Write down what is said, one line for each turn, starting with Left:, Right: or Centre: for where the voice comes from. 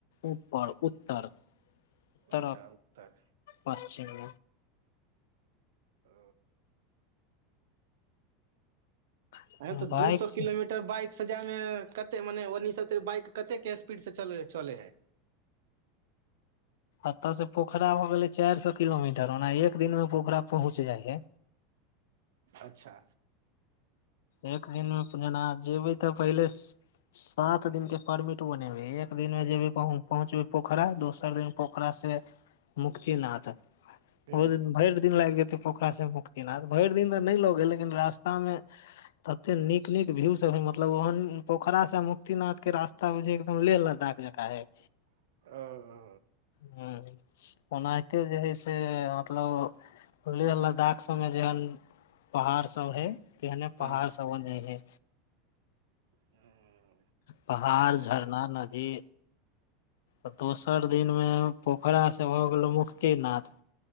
Left: ऊपर उत्तर उत्तर
Right: अच्छा उत्तर
Left: पश्चिम
Right: ओ
Left: मे
Right: अऽ, तऽ
Left: बाइक
Right: दू सय
Left: से
Right: किलोमीटर। तऽ बाइकसँ जायमे कते, मने ओतऽ बाइक कतेक स्पीडसँ चलै हइ?
Left: एतऽसँ पोखरा भऽ गेलै चारि सय किलोमीटर, ओना एक दिनमे पोखरा पहुँचि जाइ हे।
Right: अच्छा
Left: एक दिनमे जेना जेबै तऽ पहिले सात दिनक के? परमिट बनेबे एक दिनमे जेबे, कहूँ पहुँचि। पोखरा दोसर दिन, पोखरासँ मुक्तिनाथ।
Right: हूँ
Left: ओ दिनभर लाग जैतै। पोखरासँ मुक्तिनाथ भरि दिन तऽ नहि लागल, लेकिन रास्तामे तते नीक नीक व्यू सभ छै, मतलब ओहन पोखरासँ मुक्तिनाथके रास्ता एकदम लेह-लद्दाख जकाँ। जेका है
Right: ओ
Left: हूँ ओनाहिते जे हइ से, मतलब लेह लद्दाख सभमे जेहन। पहाड़ सभ छै तेहने
Right: हँ
Left: पहाड़ सभ ओने छै।
Right: हू
Left: पहाड़ झरना, नदी तऽ दोसर दिनमे पोखरासँ भऽ गेलहुँ मुक्तिनाथ।